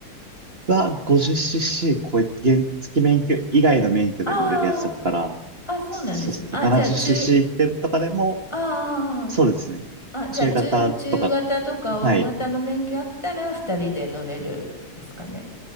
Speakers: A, on the right; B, on the left.
A: は、50cc 超え、原付免許以外の免許で乗れるやつだったら、
B: ああー、あ、そうなんですね。
A: そしてななじゅうすると
B: あ、じゃあ、中、
A: 70cc ってとかでも、
B: あー
A: そうですね。
B: あー、あ、じゃあ中、
A: 中型とか、
B: 中型とか大型の免許あったら二人で乗れるですかね。
A: はい。